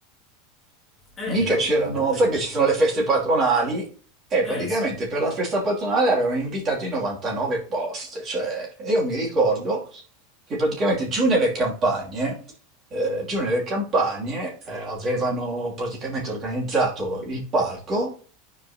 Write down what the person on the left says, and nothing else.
Eh
no,
ma non... pe-
eh
sì,